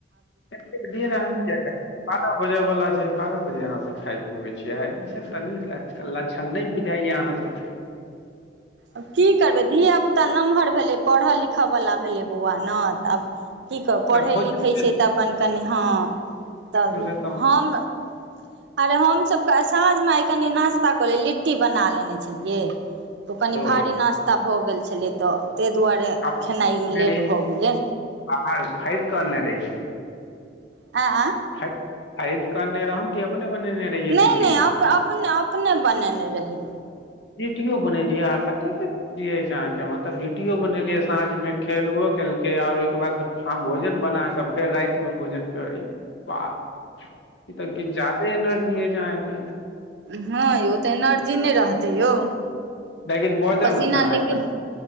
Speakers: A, on the left; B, on the right.
A: एतेक धरि अहा किए बारह बजे वला छै बारह जे अहाँ सब खााय पीबै छियै ईसभ त नीक लक्षण नहि बुझाइया अहाँ सबकेँ <unintelligible>
B: आब की करबै धियापुता नमहर भेलै पढ़य लिखयवला भेलै बौआ न तऽ आब की कहब
A: तऽ
B: पढ़ैत
A: भोजन
B: लिखैत
A: के
B: छै तऽ अपन कनि हँ तब
A: कम से कम
B: हम
A: <unintelligible>
B: अरे हमसभ त' आइ साँझमे आइ कनि नाश्ता कऽ लेल लिट्टी बना लेने छलियै तऽ कनि
A: ओ
B: भारी नास्ता भऽ गेल छलै तऽ ते दुआरे
A: अपने
B: खेनाइमे
A: बनेने
B: लेट
A: रहियै
B: भ गेलै
A: बाहर खरीद कऽ अनने रहियै
B: आ आ
A: खरीद खरीद क'अनने रहुं कि अपने बनेने रहियै
B: नहि
A: लिट्टी
B: नहि अप अपने अपने बनेने रहि
A: लिटियो बनेलियै आ कतेक ती यै अहांके मतलब लिटियो बनेलियै साँझ मे खेलबो केलकै आओर ओहिके बाद भोजन ब अहां सब फेर रातिमे भोजन बा ई तऽ किछ जादे एनर्जी अय अहांमे
B: हँ यौ तऽ एनर्जी नहि रहतै यौ
A: लेकिन बजऽ
B: पसीनानेके
A: मे कहाँ है